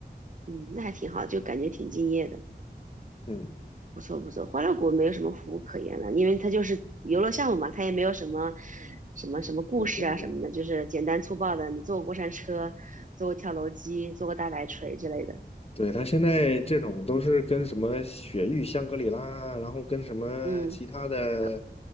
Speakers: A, on the right (about 50°); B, on the left (about 35°).
A: 嗯，那还挺好，就感觉挺敬业的。
B: 嗯，
A: 不错不错，欢乐谷没有什么服务可言了，因为它就是游乐项目嘛，它也没有什么什么什么故事啊什么的，
B: 对对对
A: 就是简单粗暴的，你坐过过山车，坐过跳楼机，坐过大摆锤之类的。
B: 对，他现在这种都是跟什么雪域香格里拉，
A: 对，
B: 然后跟什么其他的，
A: 嗯，搞